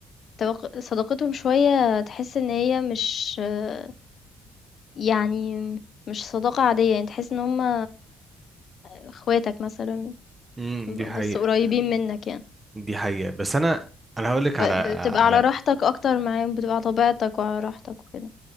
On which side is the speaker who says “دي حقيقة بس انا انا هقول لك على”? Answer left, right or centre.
Right